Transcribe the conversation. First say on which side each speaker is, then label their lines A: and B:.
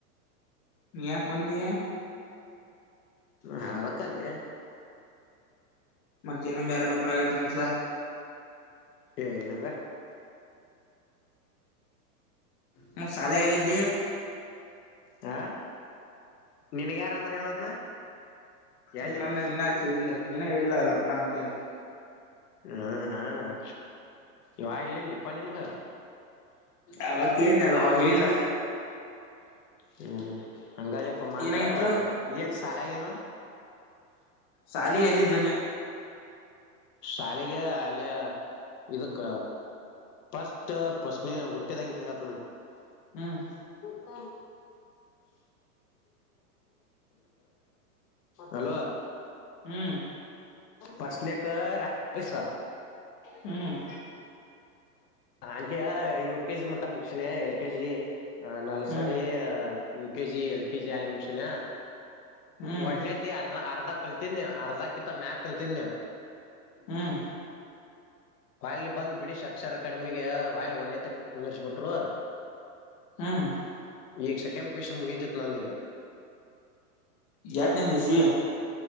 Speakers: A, on the left (about 35°); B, on the left (about 80°).
A: ನೀ ಯಾಕ ಬಂದಿ.
B: ಹ ಅಳಕ್ಕಾಲಿಯೇ.
A: ಮತ್ತೇನ ಬ್ಯಾರೆ ಲಪ್ಡಾಗೈತ್ ಅಂತ್ಲ.
B: ಏ ಇಲ್ಲ ಹೋಗ.
A: ಮತ್ತ್ ಸಾಲ್ಯಾಗ ಎಲ್ಲಿ ಇದ್ದಿ.
B: ಹ ನಿನಗ ಯಾರ ಅಂದ್ರೆ ಹೇಳದ್ನ. ಎಲ್ಲಿ
A: ಏ ನಮ್ದ
B: ಹ
A: ನೀನಾ ಆಚೆ ಇಲ್ಲ ನೀನೇ ಇಲ್ಲ ಲಪ್ಪಡಾ ಅಂತ ಹೇಳಿ.
B: ಹ್ಮ ಹ ಯಾರ್ ಹೇಳಿಲ್ಲ ಪಾ ನಿಂಗ.
A: ಅವಾಗ್ ಹೇಳಿನಲಾ ಅವಾಗ ಹೇಳಿಲ್ಲ.
B: ಹ್ಮ್ ಹ್ಮ್ ಹಂಗಾಲಪ್ಪ ಮಂಡ
A: ಏನಾಗಿತ್ತು
B: ಏನ್ ಸಾಲಾಗೇನ.
A: ಶಾಲಿ ಎಲ್ಲಿದ್ದೇನೆ.
B: ಶಾಲೆಗೆ ಅಲ್ಲಿಯ ಇದಕ್ಕ ಫಸ್ಟ್ಫಶ್ನೆ ಹುಟ್ಟೆದಾಗಿಂತ ಹೇಳ್ತಿನ ನೋಡ್.
A: ಹ್ಮ್.
B: <unintelligible> ಹಲೋ
A: ಹ್ಮ್
B: ಫರ್ಸ್ಟ್ನೇಕ ರಾಕೇಶ.
A: ಹ್ಮ್
B: ಅಲ್ಲಿಯ ಇವ್ ಕೆ ಜಿ ಮುಟ ಮುಗಸಿನ ಎಲ್ ಕೆ ಜಿ ನಾಲ್ಸಾರಿ.
A: ಹ್ಮ್
B: U K G L KG ಆಲಿ ಮುಕ್ಷಿನ.
A: ಹ್ಮ್
B: ಒಣ್ಣೆತಿ ಅರ್ಧ ಅರ್ಧ ಕಲ್ತನ್ಯ ಅರ್ಧಕಿತ್ತ ಮ್ಯಾಕ್ ಕಲ್ತನ್ಯ.
A: ಹ್ಮ್.
B: ವಲ್ಲೆ ಬಂದ್ ಬಿಡಿಶ್ ಅಕ್ಷರ ಅಕಾಡೆಮಿಗೆ ವಾಯ್ಲಿ ಒಣೆತ ಕುಂದಿರ್ಸ್ಬಿಟ್ ಟ್ರು
A: ಹ್ಮ್
B: ಈಗ ಸೆಕೆಂಡ್ ಪಿ ಯು ಸಿ ಮುಗಿತಿ ತ ನಂದಿಗ.
A: ಏಟ ನಿಂದ ಇಶಿವಿ.